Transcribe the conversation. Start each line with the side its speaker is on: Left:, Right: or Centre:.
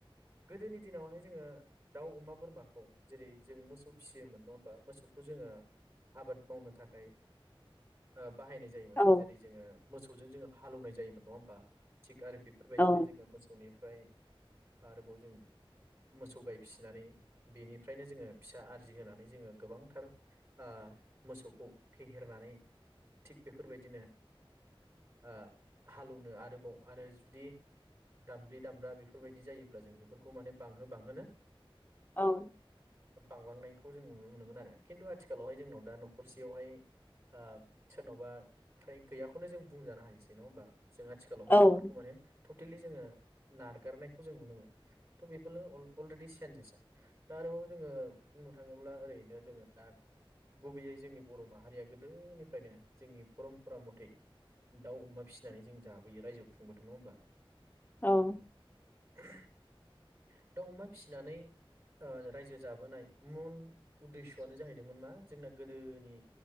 Right: गोदोनि दिनावहाय जोङो दाउ, अमा, बोरमाखौ जेरै जों मोसौ फिसियोमोन नङा होमबा? मोसौखौ जोङो आबाद मावनो थाखाय ओ बाहायनाय जायोमोन
Left: औ
Right: जेरै जोङो मोसौजों जोङो हालेवनाय जायोमोन नङा होनबा? आरो बेफोरबायदिनो
Left: औ
Right: जोङो मोसौनि फ्राय आरोबाव जों मोसौ गाय फिसिनानै बेनिफ्रायनो जोङो फिसा आरजिहोनानै जोङो गोबांथार आ मोसौखौ फेहेरनानै थिग बेफोरबायदिनो आ हालेवनो आरो आरो जुदि दामब्रि-दामब्रा बेफोरबायदि जायोब्ला जों बेफोरखौ माने बांहो-बांहोनो
Left: औ ।
Right: बांलांनायखौ जों नुनो मोनोमोन आरो खिन्थु आथिखालावहाय जोंनाव दा न'खरसेयावहाय आ सोरनावबा फ्राय गैयाखौनो जों बुंजानो हायोसै नङा होमबा? जों आ थिखालावहाय
Left: औ
Right: बेफोरखौ माने टटेलि जोङो नारगारनायखौ जों नुनो मोनो थ' बेफोरनो अ-अलरेडि चन्जेसआ दा आरोबाव जोङो बुंनो थाङोब्ला ओरैनो जोङो दा गुबैयै जोंनि बर' माहारिया गोदोनिफ्रायनो जोंनि पर'मपरा मथै दाउ-अमा फिसिनानै जों जा बोयो रायजो खुंबोदों नङा होनबा?
Left: औ ।
Right: <inaudible> दाउ-अमा फिसिनानै ओ रायजो जाबोनाय मुन उदेस्व'आनो जाहैदोंमोन मा जोंना गोदोनि